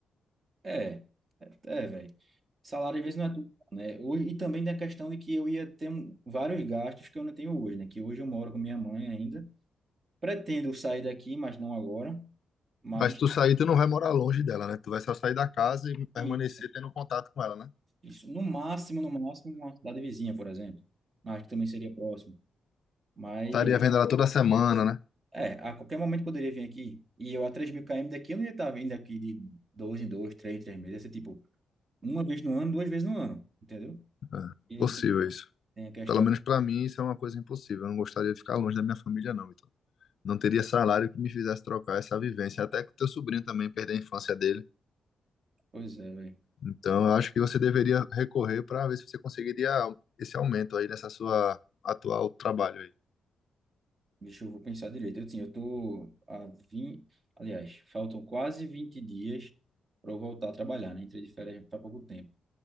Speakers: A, on the right; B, on the left.
A: é, é, é, velho. Salário às vezes não é tudo, né? ou E também da questão de que eu ia ter um- vários gastos que eu não tenho hoje, né? Que hoje eu moro com minha mãe ainda. Pretendo sair daqui, mas não agora. Mas
B: Mas se tu sair, tu não vai morar longe dela, né? Tu vai só sair da casa e permanecer
A: isso,
B: tendo contato com ela, né?
A: isso. No máximo, no máximo, uma cidade vizinha, por exemplo. Mas que também seria próximo. Mas,
B: Estaria vendo ela toda semana, né?
A: é, a qualquer momento poderia vir aqui. E eu a 3 mil km daqui, eu não ia estar vindo aqui de dois em dois, três em três meses. Ia ser tipo, uma vez no ano, duas vezes no ano. Entendeu?
B: É,
A: E
B: possível
A: tem,
B: isso.
A: tem a questão.
B: Pelo menos para mim, isso é uma coisa impossível. Eu não gostaria de ficar longe da minha família, não, então. Não teria salário que me fizesse trocar essa vivência, até que o teu sobrinho também perdeu a infância dele.
A: Pois é, velho.
B: Então, eu acho que você deveria recorrer para ver se você conseguiria esse aumento aí nessa sua atual trabalho aí.
A: Deixa eu vou pensar direito. Eu, assim, eu tô a 20. Aliás, faltam quase 20 dias para eu voltar a trabalhar, né? Entrei de férias faz pouco tempo.